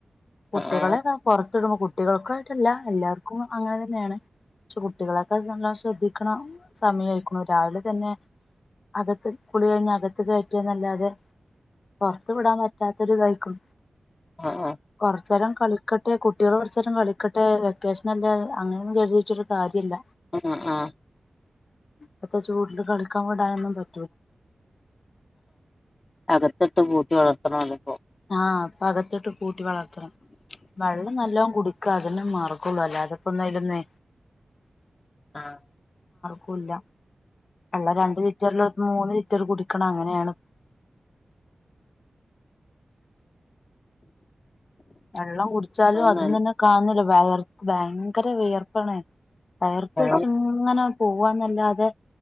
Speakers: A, on the left (about 65°); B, on the left (about 45°).
A: കുട്ടികളെണെ
B: ആഹ്
A: കൊർ <unintelligible> കുട്ടികൾക്ക് ആയിട്ടല്ല എല്ലാർക്കും അങ്ങനെ തന്നെയാണ് പക്ഷെ കുട്ടിക്കയ്ടല്ല നല്ല ശ്രദ്ധിക്കണം സമയം ആയിക്കണു രാവിലെ തന്നെ അകത്ത് കുളി കഴിഞ്ഞ അകത്ത് കയറ്റംനല്ലാതെ പൊറത്തു വിടാൻ പറ്റാത്തൊരിതായി ക്ക
B: ആ ആ
A: കൊറച്ചേരം കളിക്കട്ടെ കുട്യോളു കൊറച്ചേരം കളിക്കട്ടെ വെക്കേഷ് നല്ല അങ്ങനൊന്നും കരുതിയിട്ടൊരു കാര്യല്ല
B: ആ ആ
A: ഇപ്പത്തെ ചൂടില് കളിക്കാൻ വിടാനൊന്നും പ
B: അതെ ത്ത്ട്ട് പൂട്ടി വളർത്തണോലിപ്പം
A: ആഹ് ഇപ്പകത്തിട്ട് പൂ ട്ടി വളർത്തണം. വെള്ളം നല്ലോം കുടിക്കാ അതെന്നെ മാർഗൊള്ളൂ. അല്ലാതെപ്പൊന്ന് അയ്ലൊന്ന്
B: ആഹ്
A: കുല്ല ഇള്ള രണ്ട് ലിറ്റർൽ ഒര് മൂന്ന് റ്റർ കുടിക്കണം അങ്ങനേണ് വെള്ളം കുടിച്ചാലും
B: ഇപ്പൊ
A: അതും
B: നല്ല
A: തന്നെ കാണുന്നില്ല വയർ ഭയങ്കര വിയർപ്പാണ് വെയർപ്പ്ച്ചിങ്ങനെ
B: വെള്ളം
A: പോവാൻനാ അല്ലാതെ